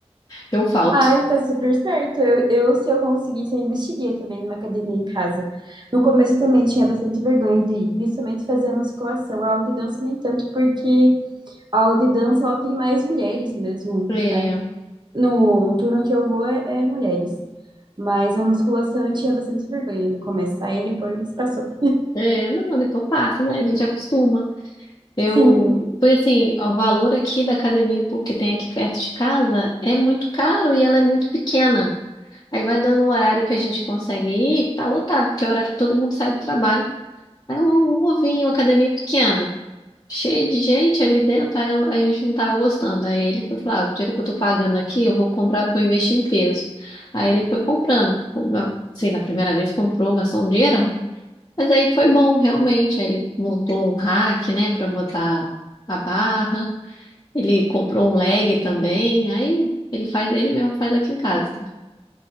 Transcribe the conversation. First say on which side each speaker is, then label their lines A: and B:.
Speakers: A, on the left; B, on the right.
A: eu falto.
B: Ai, tá super certo. Eu, eu, se eu conseguisse, eu investiria também numa academia em casa. No começo eu também tinha bastante vergonha de ir, principalmente fazer a musculação. A aula de dança nem tanto, porque a aula de dança ela tem mais mulheres mesmo,
A: É,
B: né? No, no turno que eu vou é, é mulheres. Mas a musculação eu tinha bastante vergonha no começo, aí depois passou.
A: é, não, depois passa, né? A gente acostuma. Eu,
B: Sim.
A: porque assim, o valor aqui da academia pú- que tem aqui perto de casa é muito caro e ela é muito pequena. Aí vai dando o horário que a gente consegue ir, tá lotado, porque é o horário que todo mundo sai do trabalho. Aí um um ovinho, academia pequena. Cheio de gente ali dentro, aí ela- a gente não tava gostando. Aí ele foi falar, ah, o dinheiro que eu tô pagando aqui, eu vou comprar, vou investir em peso. Aí ele foi comprando, compra- assim, na primeira vez comprou, gastou um dinheirão. Mas aí foi bom, realmente. Aí ele montou um rack, né, pra botar a barra. Ele comprou um leg também. Aí ele faz, ele mesmo faz aqui em casa.